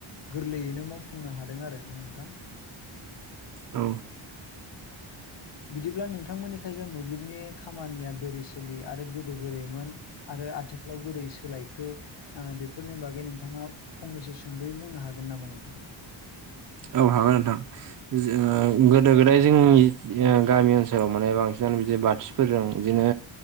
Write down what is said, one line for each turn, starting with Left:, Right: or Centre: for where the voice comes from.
Left: गोरलैयैनो मावफुंनो हादों आरो ना नोंथां?
Right: औ
Left: बिदिब्ला नोंथांमोननिखाय जा मोब्लिबनि खामानिया बोरै सोलियो आरो गोदो बोरैमोन आरो आथिखालाव बोरै सोलायखो ओ बेफोरनि बागै नोंथाङा फंनैसो सुंद'यै बुंनो हागोन नामा नोंथां?
Right: औ हागोन नोंथां जो ओ गोदो गोदाय जोंनि
Left: औ
Right: ओ गामि ओनसो औ मोने बांसिनानो बिदिनो बाथिफोरजों इदिनो